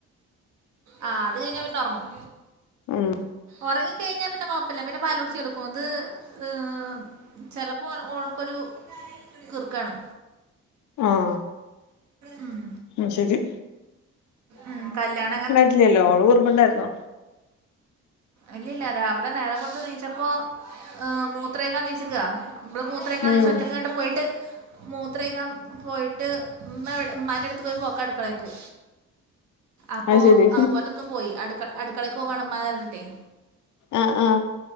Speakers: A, on the right; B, on the left.
A: ആഹ് അത് കഴിഞ്ഞാ പിന്നെ ഒറങ്ങും
B: ഉം
A: ഒറങ്ങിക്കഴിഞ്ഞാ പിന്നെ കൊഴപ്പല്ല പിന്നെ പാലുടിച്ചു കയടക്കും അത് ഏ ചെലപ്പോ ഓൻക്കൊരു കിർക്കാണ്
B: ആഹ്
A: ഉം
B: ഉം ശരി
A: ഉം കല്യാണ
B: ഇല്ലല്ലോ ഓള് കുർമ്പ്ണ്ടായിരുന്നു
A: ഇല്ലല്ല രാവിലെ നേരെ വെള്ത്ത് നീച്ചപ്പം മൂത്രൊയ്ക്കാ നീച്ച്ക്ക ഇവടെ മൂ ത്രൊയ്ക്കാൻ
B: ഉം
A: നീച്ച് ഒറ്റക്കങ്ങട്ട് പോയിട്ട് മൂത്രൊയ്കാം പോയിട്ട് മ്മവിടെ മ്മാൻ്റട്ത്ത് പോയി പോക്കാ അടുക്കളേക്ക് അപ്പോ
B: അത് ശരി
A: അതുപോലെ ഇന്നും പോയി അടുക്ക അടുക്കളേക്കോവാണ് ഇമ്മാനെതെരഞ്ഞിട്ടേ
B: ആഹ് ആഹ്